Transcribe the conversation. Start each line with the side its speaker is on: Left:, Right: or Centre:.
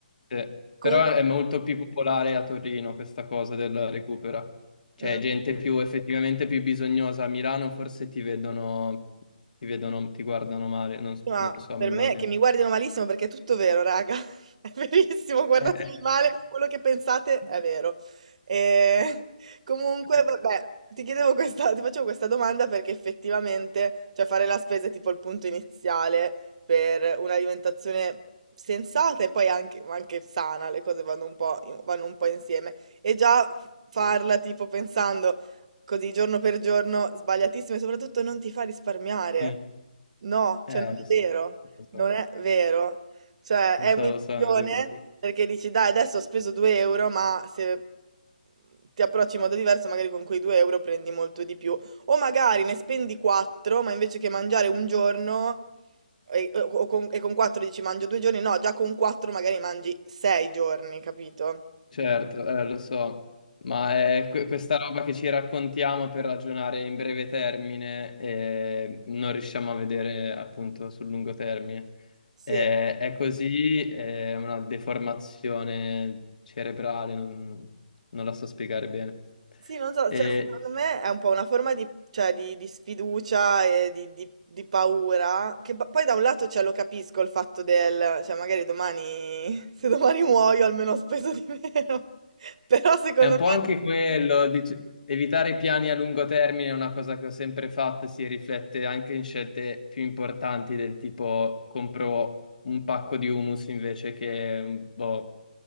Left: sì. Però
Right: Comunque,
Left: è molto più popolare a Torino questa cosa della recupera. Cioè,
Right: mm.
Left: gente più effettivamente più bisognosa. A Milano forse ti vedono, ti vedono, ti guardano male, non, s-
Right: Ma
Left: non so,
Right: per
Left: mi immagino.
Right: me che mi guardino malissimo perché è tutto vero, raga. <laughs> È verissimo, guardatemi
Left: Eh,
Right: male, quello che pensate
Left: <laughs>
Right: è
Left: eh.
Right: vero. E <laughs> comunque, vabbè, ti chiedevo questa, ti facevo questa domanda perché effettivamente, cioè fare la spesa è tipo il punto iniziale per un'alimentazione sensata e poi anche, ma anche sana, le cose vanno un po', in- vanno un po' insieme. E già farla tipo pensando Così giorno per giorno, sbagliatissimo e soprattutto non ti fa risparmiare.
Left: Mm.
Right: No,
Left: Eh,
Right: cioè non
Left: lo
Right: è
Left: so,
Right: vero,
Left: lo so,
Right: non è vero. Cioè
Left: lo
Right: è
Left: so,
Right: un'illusione
Left: lo so, è vero.
Right: perché dici dai adesso ho speso 2 euro ma se ti approcci in modo diverso magari con quei 2 euro prendi molto di più o magari ne spendi 4 ma invece che mangiare un giorno e, o- o con, e con 4 dici mangio due giorni, no già con 4 magari mangi 6 giorni, capito?
Left: Certo, eh, lo so, ma è que- questa roba che ci raccontiamo per ragionare in breve termine e non riusciamo a vedere appunto sul lungo termine.
Right: Sì,
Left: Eh, è così, è una deformazione cerebrale, non, non la so spiegare bene.
Right: Sì, non so,
Left: E
Right: cioè, secondo me è un po' una forma di, cioè, di- di sfiducia e di, di- di paura, che pa- poi da un lato cioè, lo capisco il fatto del, cioè magari domani, <laughs> se domani muoio almeno ho speso di meno, <laughs> però secondo
Left: È un
Right: me
Left: po' anche quello, dice- evitare piani a lungo termine è una cosa che ho sempre fatto e si riflette anche in scelte più importanti del tipo compro un pacco di hummus invece che un, boh,